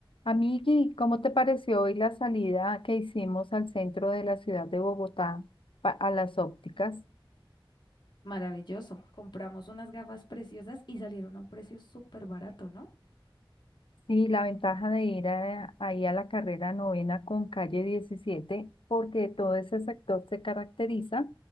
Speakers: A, on the left; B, on the left.
A: Amigui, ¿cómo te pareció hoy la salida que hicimos al centro de la ciudad de Bogotá pa- a las ópticas?
B: Maravilloso. Compramos unas gafas preciosas y salieron a un precio súper barato, ¿no?
A: Sí, la ventaja de ir a- ahí a la carrera novena con calle 17, porque todo ese sector se caracteriza